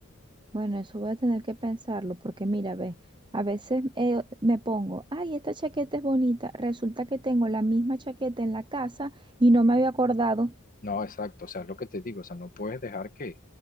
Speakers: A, on the right; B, on the left.
A: Bueno, eso voy a tener que pensarlo, porque mira, ve, a veces eh, me pongo, ay, esta chaqueta es bonita, resulta que tengo la misma chaqueta en la casa y no me había acordado.
B: No, exacto, o sea, lo que te digo, o sea, no puedes dejar que,